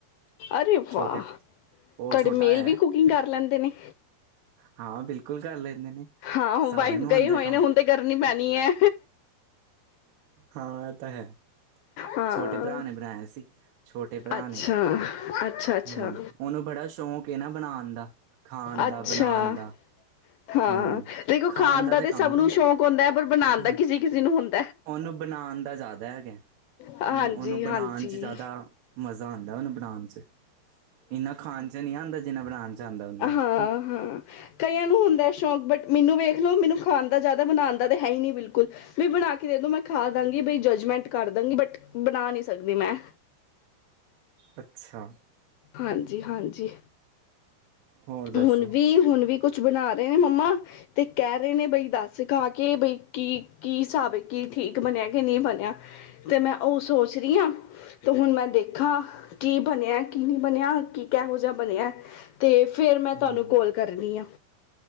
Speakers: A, on the left; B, on the right.
A: ਅਰੇ
B: ਛੋਟੇ
A: ਵਾਹ।
B: ਉਹ
A: ਤੁਹਾਡੇ
B: ਛੋਟਾ
A: ਮੇਲ
B: ਐ।
A: ਵੀ ਕੁਕਿੰਗ ਕਰ ਲੈਂਦੇ ਨੇ
B: ਹਾਂ ਬਿਲਕੁਲ ਕਰ ਲੈਂਦੇ ਨੇ।
A: ਹਾਂ।
B: ਸਾਰਿਆਂ
A: ਵਾਈਫ
B: ਨੂੰ
A: ਗਏ
B: ਆਉਂਦਾ
A: ਹੋਏ
B: ਕੰਮ
A: ਨੇ ਹੁਣ ਤੇ ਕਰਨੀ ਪੈਣੀ ਐ।
B: ਹਾਂ। ਓ ਤਾਂ ਹੈ।
A: ਹਾਂ
B: ਛੋਟੇ ਭਰਾ ਨੇ ਬਣਾਇਆ ਸੀ। ਛੋਟੇ ਭਰਾ
A: ਅੱਛਾ
B: ਨੇ
A: ਅੱਛਾ ਅੱਛਾ
B: ਹੂੰ ਉਹਨੂੰ ਬੜਾ ਸ਼ੌਂਕ ਵੇ ਨਾ ਬਣਾਣ ਦਾ, ਖਾਣ ਦਾ
A: ਅੱਛਾ
B: ਬਣਾਣ ਦਾ।
A: ਹਾਂ।
B: ਹੂੰ
A: ਦੇਖੋ ਖਾਣ ਦਾ
B: ਤਾਂ
A: ਤੇ
B: ਕੰਮ
A: ਸਭ
B: ਹੀ
A: ਨੂੰ ਸ਼ੌਕ ਹੁੰਦਾ ਐ, ਪਰ ਬਣਾਣ ਦਾ
B: ਹੈ
A: ਕਿਸੇ-ਕਿਸੇ ਨੂੰ ਹੁੰਦ
B: ਉਹਨੂੰ ਬਣਾਣ ਦਾ ਜ਼ਿਆਦਾ ਹੈਗਾ।
A: ਹਾਂਜੀ
B: ਕੀ ਉਹਨੂੰ ਬਣਾਣ
A: ਹਾਂਜੀ
B: ਚ ਜ਼ਿਆਦਾ ਮਜ਼ਾ ਆਦਾ ਉਨੂੰ ਬਣਾਣ 'ਚ। ਇਨਾ ਖਾਣ 'ਚ ਨੀ ਆਦਾ ਜਿਨ੍ਹਾਂ ਬਣਾਣ 'ਚ। ਆਂਦਾ ਉਹਨੂੰ
A: ਅਹ ਹਾਂ। ਕਈਆਂ ਨੂੰ ਹੁੰਦਾ ਸ਼ੌਕ ਬਟ ਮੈਨੂੰ ਵੇਖ ਲੋ ਮੈਨੂੰ ਖਾਣ ਦਾ ਜ਼ਿਆਦਾ ਬਣਾਣ ਦਾ ਤਾਂ ਹੈ ਹੀ ਨਹੀਂ ਬਿਲਕੁਲ, ਵੀ ਬਣਾ ਕੇ ਦੋਂ ਮੈਂ ਖਾ ਲਾਂਗੀ ਬਈ ਜੱਜਮੈਂਟ ਕਰ ਦਾਂਗੀ ਬਟ ਬਣਾ ਨਹੀਂ ਸਕਦੀ ਮੈਂ।
B: ਅੱਛਾ।
A: ਹਾਂਜੀ ਹਾਂਜੀ।
B: ਹੋਰ ਦੱਸੋ
A: ਹੁਣ ਵੀ। ਹੁਣ ਵੀ ਕੁਛ ਬਣਾ ਰਹੇ ਨੇ ਮੰਮਾ ਤੇ ਕਹਿ ਰਹੇ ਨੇ ਬਈ ਦੱਸ ਖਾ ਕੇ ਬਈ ਕੀ- ਕੀ ਹੈਸਾਬ ਏ। ਕੀ ਠੀਕ ਬਣਿਆ ਕਿ ਨਹੀਂ ਬਣਿਆ। ਤੇ ਮੈਂ ਉਹ ਸੋਚ ਰੀ ਆ। ਤੇ ਹੁਣ ਮੈਂ ਦੇਖਾਂ, ਕੀ ਬਣਿਆ ਕੀ ਨਹੀਂ ਬਣਿਆ ਕੀ ਕਿਹੋ ਜਿਹਾ ਬਣਿਆ ਤੇ ਫਿਰ ਮੈਂ ਤੁਹਾਨੂੰ
B: ਹੂੰ
A: ਕੋਲ ਕਰਨੀ ਆ।